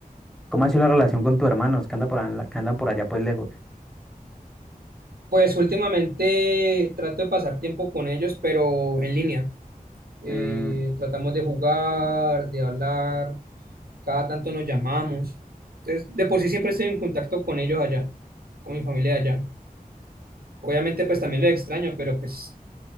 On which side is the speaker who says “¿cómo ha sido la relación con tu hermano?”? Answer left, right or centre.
Centre